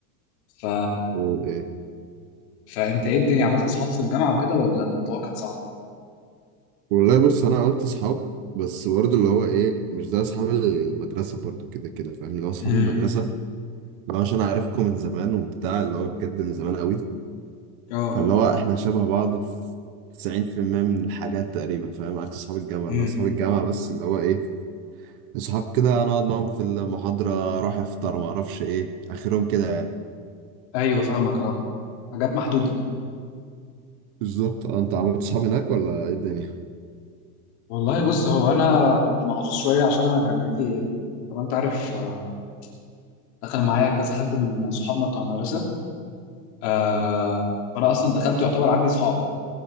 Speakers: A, on the left; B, on the right.
A: ف
B: قول ايه
A: فانت ايه الدنيا عملت اصحاب في الجامعه وكده ولا الموضوع كان صعب
B: والله بص انا عملت اصحاب بس برضه اللي هو ايه مش زي اصحاب المدرسة برضه كده كده فاهم اللي هو اصحاب
A: امم
B: المدرسة اللي هو عشان عارفكم من زمان وبتاع اللي هو بجد من زمان قوي
A: اه
B: فاللي هو احنا شبه بعض في 90% من الحاجات تقريبا فاهم عكس اصحاب الجامعة
A: امم
B: اللي هو اصحاب الجامعة بس اللي هو ايه صحاب كده نقعد معاهم في المحاضرة أروح أفطر معرفش إيه آخرهم كده يعني
A: ايوه فاهمك اه حاجات محدوده
B: بالظبط اه انت عملت صحاب هناك ولا ايه الدنيا
A: والله بص هو انا كنت محظوظ شويه عشان انا جامعتي طبعا انت عارف آه، دخل معايا كذا حد من صحابنا بتوع المدرسه آه، فانا اصلا دخلت يعتبر عندي صحاب